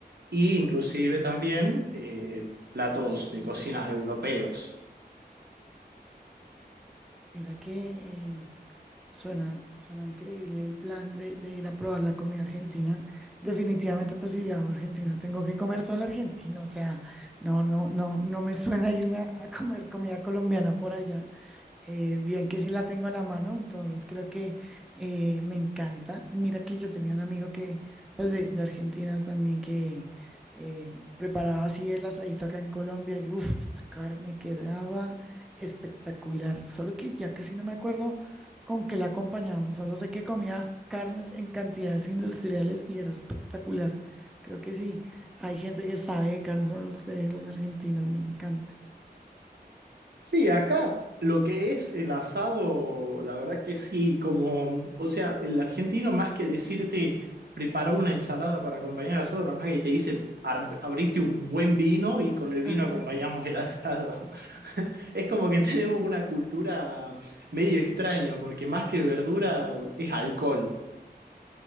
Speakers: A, on the right; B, in the centre.
A: e inclusive también eh, platos de cocinas europeos.
B: Mira que eh, Suena, suena increíble el plan de, de ir a probar la comida argentina. Definitivamente, pues si viajo a Argentina, tengo que comer solo argentino. O sea, no, no, no, no me suena irme a, a comer comida colombiana por allá. Eh, bien que sí la tengo a la mano, entonces creo que eh, me encanta. Mira que yo tenía un amigo que, pues de, de Argentina también, que eh, preparaba así el asadito acá en Colombia y uff, esta carne quedaba espectacular. Solo que ya casi no me acuerdo con que la acompañamos. Solo sé que comía carnes en cantidades industriales y era espectacular. Creo que sí, hay gente que sabe de carnes, son ustedes los argentinos, me encanta.
A: Sí, acá lo que es el asado, la verdad que sí, como, o sea, el argentino más que decirte prepara una ensalada para acompañar el asado, capaz que te dice "Aram- abrite un buen vino y con el
B: Ajá.
A: vino acompañamos el asado. <laughs> Es como que tenemos una cultura medio extraña, porque más que verdura es alcohol.